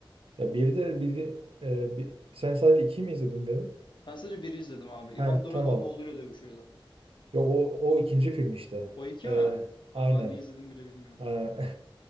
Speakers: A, on the right (about 85°); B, on the left (about 60°).
A: Ya bir de bir, e, bir- sen sadece 2 mi izledin dedim.
B: Ben sadece biri izledim abi. Ivan
A: Hem
B: Drago'nun
A: tamam.
B: oğluyla dövüşüyordu.
A: Yok o o ikinci film işte.
B: O iki
A: E,
B: mi?
A: aynen.
B: Ben var ne izledim bile bilmiyorum.
A: Ha. <laughs>